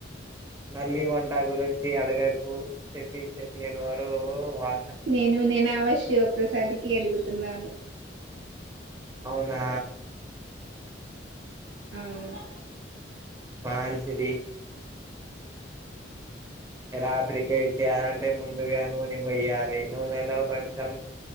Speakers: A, on the right (about 15°); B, on the right (about 65°).
A: మల్లి వా వంట గురించి అడగకు చెప్పి చెప్పినీవరు వా
B: నేను నేను అవశ్ శివప్రసాద్కి అడుగుతున్నాను.
A: అవునా
B: అవును.
A: మాంచిది. ఎ రాత్రికేస్ చేయాలంటే ముందుగా
B: హ్మ్.
A: నూనె పోయ్యాలి. నూనెలో కొంచెం